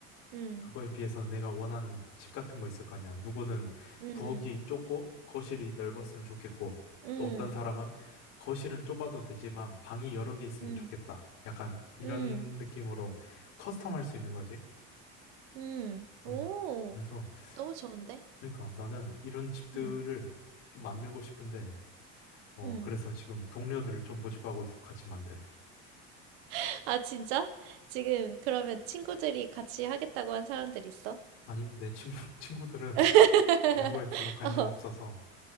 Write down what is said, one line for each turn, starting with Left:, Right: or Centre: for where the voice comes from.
Right: 응,
Left: 그거에 비해서 내가 원하는 집 같은 거 있을 거 아니야. 누구는
Right: 응,
Left: 부엌이 좁고 거실이 넓었으면 좋겠고,
Right: 응, 응,
Left: 또 어떤 사람은 거실은 좁아도 되지만 방이 여러 개 있으면
Right: 응,
Left: 좋겠다. 약간 이런
Right: 응,
Left: 느낌으로 커스텀할 수 있는 거지.
Right: 응. 오,
Left: 음, 그래서
Right: 너무 좋은데?
Left: 그러니까 나는 이런 집들을
Right: 응,
Left: 좀 만들고 싶은데, 어,
Right: 응.
Left: 그래서 지금 동료들을 좀 모집하고 있어. 같이 만들.
Right: <laughs> 아, 진짜? 지금 그러면 친구들이 같이 하겠다고 한 사람들 있어?
Left: 아니, 내 친구, <laughs> 친구들은
Right: <laughs>
Left: 이런 거에 별로 관심
Right: 어,
Left: 없어서,